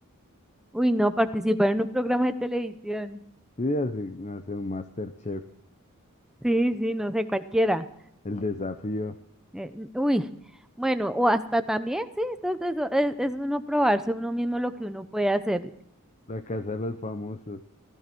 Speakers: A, in the centre; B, on the left.
A: Uy, no, participar en un programa de televisión.
B: Sí, así, no sé, un MasterChef,
A: Sí, sí, no sé, cualquiera.
B: El Desafío,
A: Eh, uy, bueno, o hasta también, sí, esto, esto esto es, es uno probarse uno mismo lo que uno puede hacer.
B: La Casa de los Famosos.